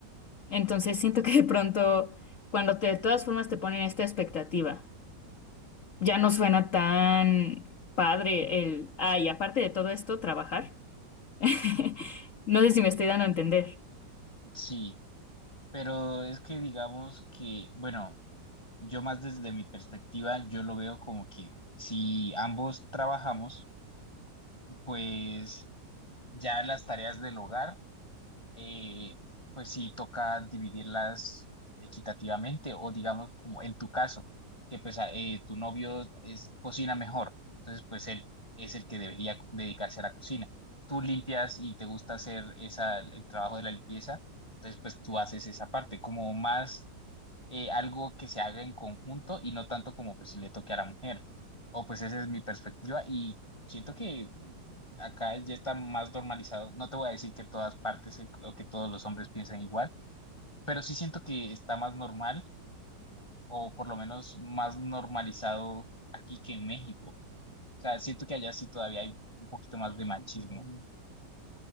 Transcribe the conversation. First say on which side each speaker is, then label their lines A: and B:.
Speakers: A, on the left; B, on the left.
A: Entonces siento que de pronto, cuando te, de todas formas te ponen esta expectativa, ya no suena tan padre el, ay, aparte de todo esto, trabajar. <laughs> No sé si me estoy dando a entender.
B: Sí, pero es que digamos que, bueno, yo más desde mi perspectiva, yo lo veo como que si ambos trabajamos, pues ya las tareas del hogar eh, pues sí toca dividirlas equitativamente o digamos como en tu caso, que pues a- eh, tu novio es, cocina mejor, entonces pues él es el que debería cu- dedicarse a la cocina. Tú limpias y te gusta hacer esa, el trabajo de la limpieza, entonces pues tú haces esa parte, como más eh, algo que se haga en conjunto y no tanto como pues le toque a la mujer. O pues esa es mi perspectiva y siento que mm, acá ya está más normalizado. No te voy a decir que en todas partes eh, o que todos los hombres piensan igual, pero sí siento que está más normal o por lo menos más normalizado aquí que en México. O sea, siento que allá sí todavía hay un poquito más de machismo.